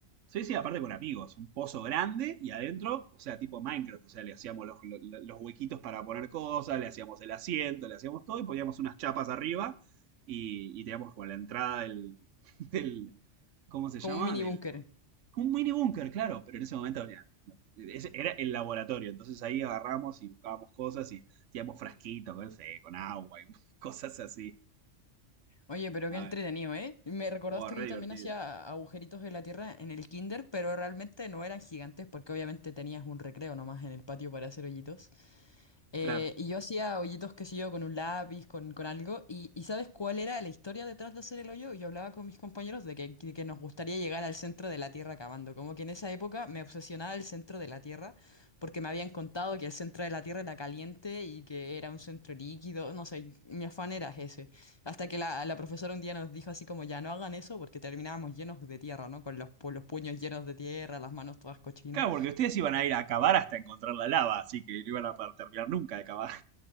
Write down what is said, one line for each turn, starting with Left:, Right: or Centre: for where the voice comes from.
Right: Sí, sí, aparte con amigos, un pozo grande y adentro, o sea, tipo Minecraft, o sea, le hacíamos los, los- los huequitos para poner cosas, le hacíamos el asiento, le hacíamos todo y poníamos unas chapas arriba y, y teníamos como la entrada del, <laughs> del- ¿cómo se
Left: Como
Right: llama?
Left: un mini
Right: Del,
Left: búnker.
Right: un mini búnker, claro, pero en ese momento había- ese era el laboratorio, entonces ahí agarramos y buscábamos cosas y teníamos frasquitos, no sé, con agua y <laughs> cosas así.
Left: Oye, pero
Right: A
Left: qué entretenido,
Right: ver,
Left: ¿eh? Me recordaste
Right: oh, re
Left: que yo
Right: divertido.
Left: también hacía agujeritos en la tierra en el kinder, pero realmente no eran gigantes porque obviamente tenías un recreo nomás en el patio para hacer hoyitos. Eh,
Right: Claro.
Left: y yo hacía hoyitos, qué sé yo, con un lápiz, con, con algo. Y, y ¿sabes cuál era la historia detrás de hacer el hoyo? Yo hablaba con mis compañeros de que, de que nos gustaría llegar al centro de la Tierra cavando. Como que en esa época me obsesionaba el centro de la Tierra porque me habían contado que el centro de la Tierra era caliente y que era un centro líquido. No sé, mi afán era ese. Hasta que la, la profesora un día nos dijo así como, ya no hagan eso porque terminábamos llenos de tierra, ¿no? Con los, pu- los puños llenos de tierra, las manos todas cochinas.
Right: Claro, porque ustedes iban a ir a cavar hasta encontrar la lava, así que no iban a poder terminar nunca de cavar.